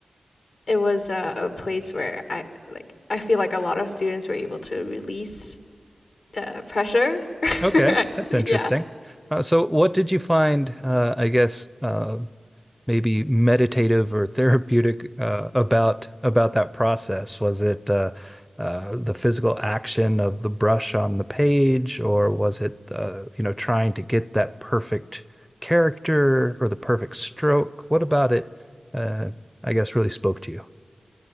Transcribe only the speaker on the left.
it was a, a place where I like I feel like a lot of students were able to release the pressure.
<laughs>
yeah,